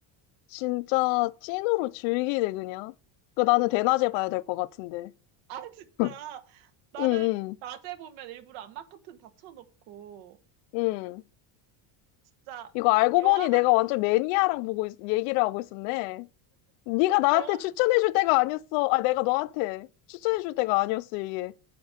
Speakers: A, on the left; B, on the right.
A: 진짜 찐으로 즐기네, 그냥. 그 나는 대낮에 봐야 될 것 같은데.
B: 아, 진짜.
A: <laughs>
B: 나는
A: 응, 응,
B: 낮에 보면 일부러 안마 커튼 닫혀놓고
A: 응.
B: 진짜
A: 이거 알고
B: 영화관,
A: 보니 내가 완전 매니아랑 보고 있- 얘기를 하고 있었네. 네가 나한테
B: 영화, <laughs>
A: 추천해줄 때가 아니었어. 아, 내가 너한테 추천해줄 때가 아니었어, 이게.